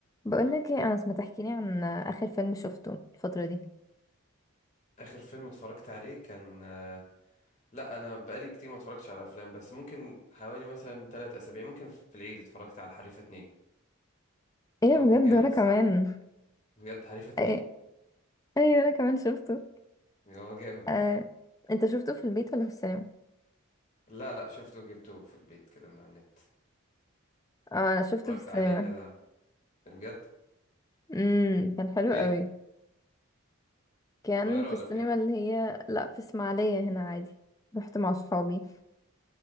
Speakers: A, on the left; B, on the left.
A: بقولك ايه انس ما تحكيلي عن اخر فيلم شفته الفترة دي
B: اخر فيلم اتفرجت عليه كان آه، لا انا بقالي كتير ما اتفرجتش على افلام بس ممكن حوالي مثلا ثلاث اسابيع ممكن في العيد اتفرجت على الحريفه اتنين
A: ايه
B: هو
A: بجد
B: كان جامد
A: وانا
B: الصراحه
A: كمان
B: بجد حريفه اتنين
A: ايه ايوه انا كمان شفته
B: هو جامد
A: آه. انت شفته في البيت ولا في السينما
B: لا لا شفته جبته في البيت كده من على النت
A: اه انا شفته
B: اتفرجت
A: في السينما
B: عليه كده بجد
A: امم كان حلو
B: فين
A: قوي كان
B: في القاهره
A: في
B: ولا
A: السينما
B: فين
A: اللي هي لا في اسماعيلية هنا عادي رحت مع صحابي